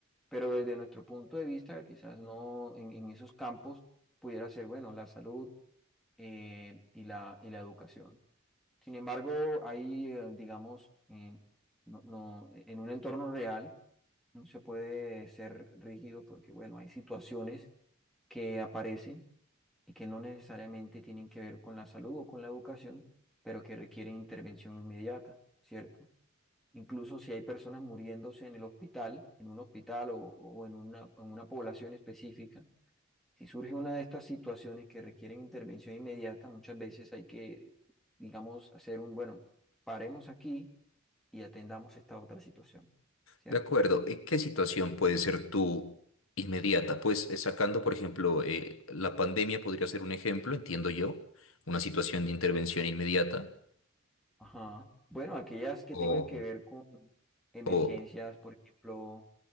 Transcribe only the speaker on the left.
De acuerdo, ¿Y ¿qué situación puede ser tú inmediata? Pues eh, sacando, por ejemplo, eh, la pandemia podría ser un ejemplo, entiendo yo, una situación de intervención inmediata
o,
o